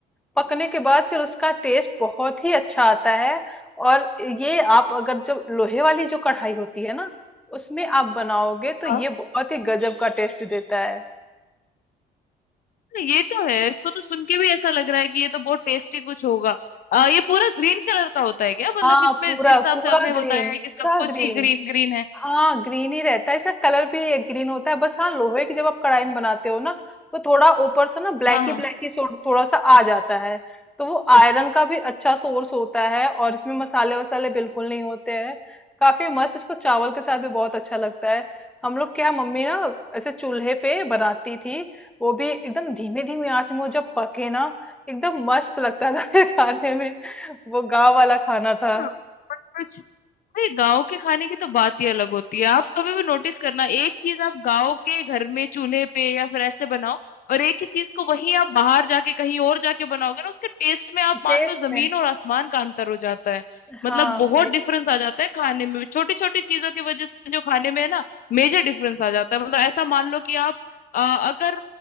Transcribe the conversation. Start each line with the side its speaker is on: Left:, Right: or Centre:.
Centre: पकने के बाद फिर उसका टेस्ट बहुत ही अच्छा आता है और ये आप अगर जो लोहे वाली जो कढ़ाई होती है ना उसमें आप बनाओगे तो ये
Left: हाँ
Centre: बहुत ही गजब का टेस्ट देता है
Left: ये तो है इसको तो सुन के भी ऐसा लग रहा है कि ये तो बहुत टेस्टी कुछ होगा आ, ये पूरा ग्रीन कलर का होता है क्या मतलब
Centre: हाँ
Left: इसमें
Centre: पूरा
Left: जिस हिसाब
Centre: पूरा
Left: से आपने
Centre: ग्रीन
Left: बताया है
Centre: पूरा
Left: कि सब कुछ
Centre: ग्रीन
Left: ही ग्रीन ग्रीन है
Centre: हाँ ग्रीन ही रहता है इसका कलर भी ग्रीन होता है बस हाँ लोहे की जब आप कढ़ाई में बनाते हो ना तो थोड़ा ऊपर से ना ब्लैक
Left: हाँ
Centre: ही ब्लैक ही sort- थोड़ा सा आ जाता है तो वो आयरन का भी अच्छा सोर्स होता है और इसमें मसाले वसाले बिल्कुल नहीं होते हैं काफी मस्त इसको चावल के साथ भी बहुत अच्छा लगता है हम लोग क्या मम्मी ना ऐसे चूल्हे पे बनाती थी वो भी एकदम धीमे धीमे आंच में वो जब पके ना एकदम मस्त लगता था <laughs> खाने में वो गाँव वाला खाना था
Left: हाँ हाँ, अरे गाँव के खाने की तो बात ही अलग होती है आप कभी भी नोटिस करना एक चीज आप गाँव के घर में चूल्हे पे या फिर ऐसे बनाओ और एक ही चीज को वही आप बाहर जाके कहीं और जाके बनाओगे ना उसके टेस्ट में आप मान
Centre: टेस्ट
Left: लो जमीन
Centre: में
Left: और आसमान का अंतर हो जाता है
Centre: हाँ
Left: मतलब बहुत डिफरेंस आ जाता है खाने में छोटी छोटी चीजों की वजह से जो खाने में है ना मेजर डिफरेंस आ जाता है मतलब ऐसा मान लो कि आप अ, अगर